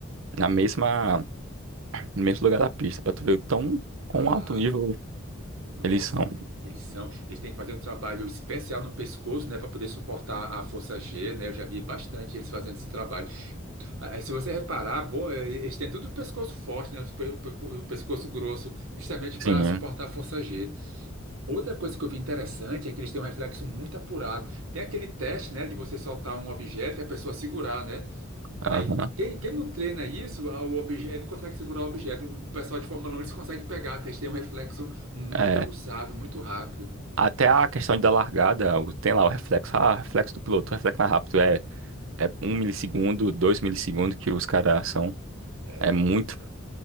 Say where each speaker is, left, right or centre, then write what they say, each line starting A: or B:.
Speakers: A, on the right; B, on the right.
A: na mesma, no mesmo lugar da pista, para tu ver o tão, quão
B: Ah.
A: alto nível
B: Nossa,
A: eles são.
B: eles são. Eles têm que fazer um trabalho especial no pescoço, né, para poder suportar a força G, né? Eu já vi bastante eles fazendo esse trabalho. Ah, é, Se você reparar, boa, é, eles têm tudo o pescoço forte, né? O pe- pe- o pescoço grosso, justamente para
A: Sim.
B: suportar a força G. Outra coisa que eu vi interessante é que eles têm um reflexo muito apurado. Tem aquele teste, né, de você soltar um objeto e a pessoa segurar, né?
A: aham.
B: Aí, quem, quem não treina isso, a- o objeto não consegue segurar o objeto. O pessoal de Fórmula um eles conseguem pegar, porque eles têm um reflexo muito
A: É,
B: aguçado, muito rápido.
A: até a questão da largada, o- tem lá o reflexo, ah, reflexo do piloto, reflexo mais rápido, é, é um milissegundo, dois milissegundos que os caras são,
B: É,
A: é muito.